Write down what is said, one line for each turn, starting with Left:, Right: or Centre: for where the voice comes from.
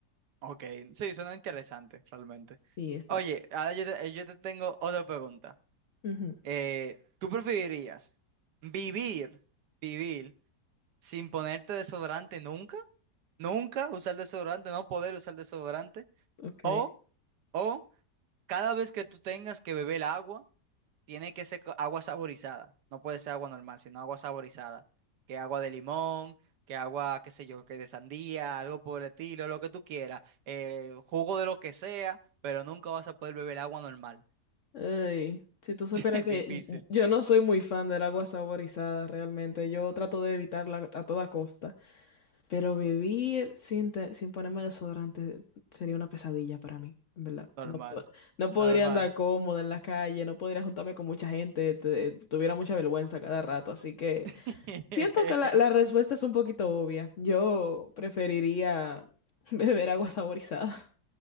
Right: Ok, sí, suena interesante, realmente.
Left: Sí, exacto.
Right: Oye, ahora yo te, eh, yo te tengo otra pregunta.
Left: Ujú,
Right: Eh, ¿tú preferirías vivir, vivir sin ponerte desodorante nunca? ¿Nunca usar desodorante, no poder usar desodorante?
Left: Okay.
Right: ¿O, o cada vez que tú tengas que beber agua, tiene que ser co- agua saborizada. No puede ser agua normal, sino agua saborizada. Que agua de limón, que agua, qué sé yo, que de sandía, algo por el estilo, lo que tú quieras. eh, jugo de lo que sea, pero nunca vas a poder beber agua normal.
Left: Ey, si tú supieras
Right: <laughs>
Left: que
Right: Difícil.
Left: y- y- yo no soy muy fan del agua saborizada, realmente. Yo trato de evitarla a toda costa. Pero vivir sin, te- sin ponerme desodorante sería una pesadilla para mí, en verdad.
Right: Normal.
Left: No, po- no podría
Right: Normal.
Left: andar cómoda en la calle, no podría juntarme con mucha gente, te- tuviera mucha vergüenza cada rato. Así que
Right: <laughs>
Left: siento que la, la respuesta es un poquito obvia. Yo preferiría <laughs> beber agua saborizada,